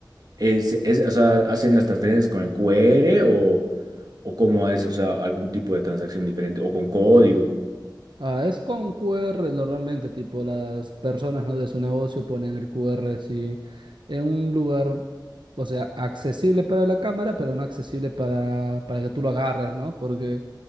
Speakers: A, on the right; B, on the right.
A: Es, es, o sea, ¿hacen las transferencias con el QR o, o cómo es? O sea, algún tipo de transacción diferente o con código.
B: Ah, es con Q R normalmente, tipo las personas, ¿no? de su negocio ponen el Q R así en un lugar, o sea, accesible para la cámara, pero no accesible para, para que tú lo agarres, ¿no? Porque